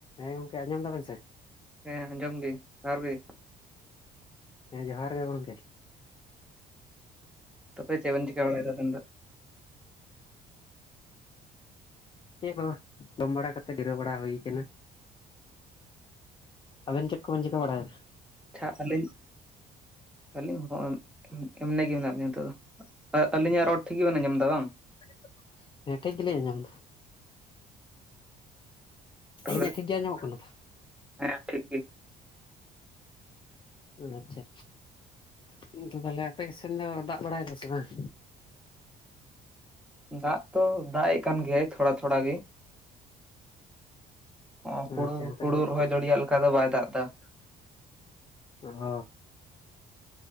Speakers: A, on the left; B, in the centre.
A: ᱦᱮᱸ ᱜᱚᱝᱠᱮ ᱟᱸᱢᱟᱢ ᱫᱟᱵᱮᱱ ᱥᱮ?
B: ᱦᱮ ᱟᱸᱡᱚᱢ ᱜᱮ, ᱡᱚᱦᱟᱨ ᱜᱮ ᱾
A: ᱦᱮᱸ ᱡᱚᱦᱟᱨ ᱜᱮ ᱜᱚᱝᱠᱮ ᱾
B: ᱛᱚᱵᱮ ᱪᱮᱜ ᱵᱮᱱ ᱪᱮᱠᱟ <unintelligible> ᱫᱚ
A: ᱪᱮ ᱵᱟᱝ, ᱡᱚᱢ ᱵᱟᱲᱟ ᱠᱟᱛᱮ ᱡᱤᱨᱟᱹᱣ ᱵᱟᱲᱟ ᱦᱩᱭ ᱠᱟᱱᱟ ᱾ <inaudible> ᱟᱵᱮᱱ ᱪᱮᱫ ᱠᱚ ᱵᱮᱱ ᱪᱤᱠᱟ ᱵᱟᱲᱟᱭᱟ?
B: ᱪᱷᱟ ᱟᱹᱞᱤᱧ ᱟᱹᱞᱤᱧ ᱦᱚᱸᱼᱼ ᱮᱢᱱᱮᱜᱮ ᱢᱮᱱᱟᱜ ᱞᱤᱧᱟ ᱱᱤᱛᱚᱜ ᱫᱚ, ᱟᱹᱞᱤᱧᱟᱜ ᱨᱚᱲ ᱴᱷᱤᱠ ᱜᱮᱵᱮᱱ ᱟᱸᱡᱚᱢᱮᱫᱟ ᱵᱟᱝ?
A: <unintelligible> ᱦᱮᱸ ᱴᱷᱤᱠ ᱜᱮᱞᱤᱝ ᱟᱸᱡᱚᱢ ᱮᱫᱼᱼ
B: ᱛᱚᱵᱮ
A: ᱟᱹᱞᱤᱧᱟᱜ ᱴᱷᱤᱠ ᱜᱮ ᱟᱸᱡᱚᱢᱚᱜ ᱠᱟᱱᱟ ᱛᱷᱚ?
B: ᱦᱮᱸ ᱴᱷᱤᱠ ᱜᱤ ᱾
A: ᱦᱩᱸ ᱟᱪᱪᱷᱟ, ᱠᱤᱱᱛᱩ ᱛᱟᱦᱞᱮ ᱟᱯᱮ ᱠᱚ ᱥᱮᱱ ᱫᱚ ᱫᱟᱜ ᱵᱟᱲᱟᱭ ᱫᱟ ᱥᱮ ᱵᱟᱝ?
B: ᱫᱟᱜ ᱛᱚ ᱫᱟᱜ ᱮᱜ ᱠᱟᱱ ᱜᱮᱭᱟᱭ ᱛᱷᱚᱲᱟ ᱛᱷᱚᱲᱟ ᱜᱮ ᱾ ᱚ ᱦᱩᱲᱩ,
A: ᱟᱪᱪᱷᱟ ᱛᱟᱦᱚᱞᱮ
B: ᱦᱩᱲᱩ ᱨᱚᱦᱚᱭ ᱡᱟᱹᱲᱤᱭᱟᱜ ᱞᱮᱠᱟ ᱫᱚ ᱵᱟᱭ ᱫᱟᱜ ᱮᱫᱟ ᱾
A: ᱚ ᱾